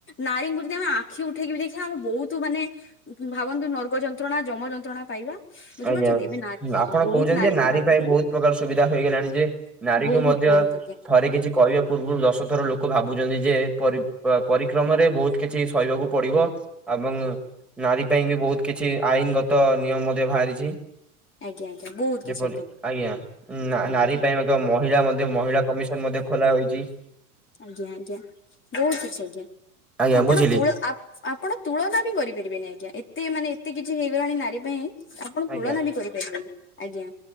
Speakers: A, on the left (about 25°); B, in the centre.
A: ନାରୀଙ୍କୁ ଯଦି ଆମେ ଆଖି ଉଠେଇକି ବି ଦେଖିବା ଆମେ ବୋହୁତ ମାନେ ଭାବନ୍ତୁ ନର୍ଗ ଯନ୍ତ୍ରଣା ଯମ ଯନ୍ତ୍ରଣା ପାଇବା ବୁଝିପାରୁଚନ୍ତି
B: ଆଜ୍ଞା
A: ଏବେ।
B: ଆପଣ
A: ନାରୀ ବହୁତ
B: କହୁଛନ୍ତି ଯେ ନାରୀ
A: ବାହାର
B: ପାଇଁ
A: କରୁଛନ୍ତି
B: ବୋହୁତ ପ୍ରକାର ସୁବିଧା ହେଇଗଲାଣି ଯେ ନାରୀକୁ
A: ବହୁତ
B: ମଧ୍ୟ
A: ବହୁତ ଆଜ୍ଞା
B: ଥରେ କିଛି କହିବା ପୂର୍ବୁରୁ ଦଶ ଥର ଲୋକ ଭାବୁଛନ୍ତି ଯେ ପରି ଅ ପରିକ୍ରମରେ ବୋହୁତ କିଛି ସହିବାକୁ ପଡିବ ଏବଂ ନାରୀ ପାଇଁ ବି ବୋହୁତ କିଛି ଆଇନୀ ଗତ ନିୟମ ଦେ ବାହାରିଚି।
A: ଆଜ୍ଞା ଆଜ୍ଞା ବହୁତ କିଛି
B: ଯେ ପର୍ଜ ଆଜ୍ଞା ନା
A: ହୁଁ
B: ନାରୀ ପାଇଁ ମଧ୍ୟ ମହିଳା ମ ମହିଳା କମିଶନ ମଧ୍ୟ ଖୋଲା ହୋଇଚି।
A: ଆଜ୍ଞା ଆଜ୍ଞା ବୋହୁତ କିଛି ଆଜ୍ଞା
B: ଆଜ୍ଞା
A: ଆପଣ
B: ବୁଝିଲି
A: ତୁଳ ଆ ଆପଣ ତୁଳନା ବି କରିପାରିବେନି ଆଜ୍ଞା ଏତେ ମାନେ ଏତେ କିଛି ହେଇଗଲାଣି ନାରୀ ପାଇଁ। ଆପଣ
B: ଆଜ୍ଞା
A: ତୁଳନା ବି କରିପାରିବେନି ଆଜ୍ଞା।